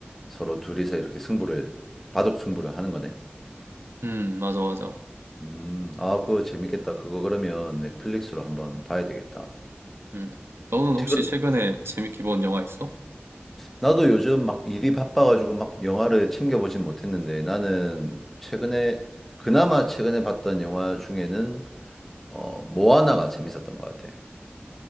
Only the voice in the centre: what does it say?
서로 둘이서 이렇게 승부를 바둑 승부를 하는 거네.
음, 아, 그거 재밌겠다. 그거 그러면 넷플릭스로 한번 봐야 되겠다.
혹시,
그,
나도 요즘 막 일이 바빠가지고 막 영화를 챙겨보진 못했는데 나는 최근에 그나마 최근에 봤던 영화 중에는 어 모아나가 재밌었던 것 같아.